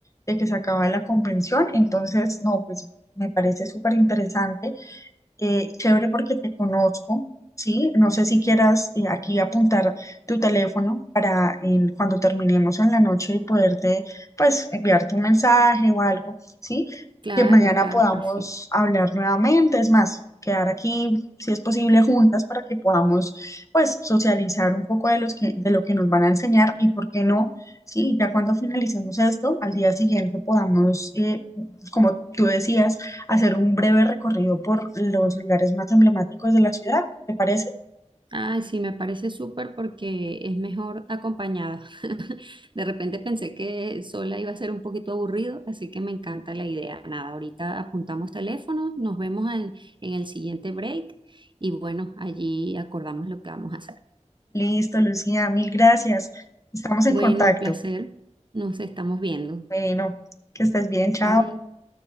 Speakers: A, on the left; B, on the right.
A: de que se acaba la convención, entonces, no, pues me parece súper interesante. Eh, chévere porque te conozco, ¿sí? No sé si quieras eh, aquí apuntar tu teléfono para en- cuando terminemos en la noche y poderte, pues, enviarte un mensaje o algo, ¿sí?
B: Claro,
A: Que mañana
B: claro,
A: podamos
B: perfecto.
A: hablar nuevamente, es más, quedar aquí, si es posible, juntas para que podamos, pues, socializar un poco de los que, de lo que nos van a enseñar y por qué no, ¿sí? Ya cuando finalicemos esto, al día siguiente podamos, eh, como tú decías, hacer un breve recorrido por los lugares más emblemáticos de la ciudad. ¿Te parece?
B: Ah, sí, me parece súper porque es mejor acompañada. <laughs> De repente pensé que sola iba a ser un poquito aburrido, así que me encanta la idea. Nada, ahorita apuntamos teléfonos, nos vemos en, en el siguiente break y bueno, allí acordamos lo que vamos a hacer.
A: Listo, Lucía, mil gracias. Estamos en
B: Bueno,
A: contacto.
B: un placer. Nos estamos viendo.
A: Bueno, que estés bien, chao.
B: Bye.